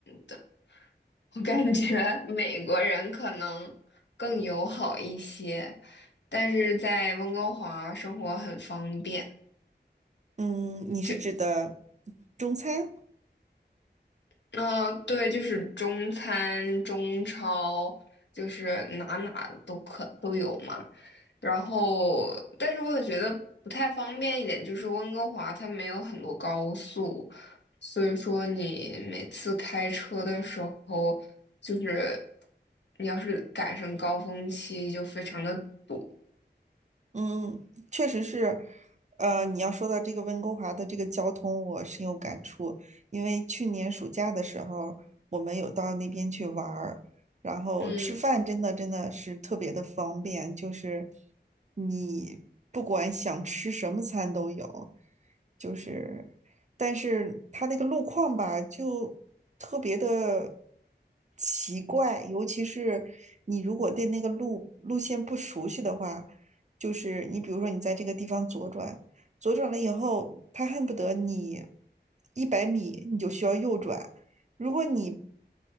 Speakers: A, on the left (about 75°); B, on the right (about 40°).
A: 的。我感觉 <laughs> 美国人可能更友好一些，但是在温哥华生活很方便。
B: 嗯，你是指的
A: 就。
B: 中餐？
A: 嗯、对，就是中餐、中超，就是哪哪都可都有嘛。然后，但是我也觉得不太方便一点，就是温哥华它没有很多高速，所以说你每次开车的时候，就是你要是赶上高峰期，就非常的堵。
B: 嗯，确实是，呃，你要说到这个温哥华的这个交通，我深有感触。因为去年暑假的时候，我们有到那边去玩儿，然后吃饭真的真的是特别的方便，
A: 嗯，
B: 就是你不管想吃什么餐都有，就是，但是它那个路况吧，就特别的奇怪，尤其是你如果对那个路路线不熟悉的话。就是你比如说你在这个地方左转，左转了以后，他恨不得你一百米你就需要右转，如果你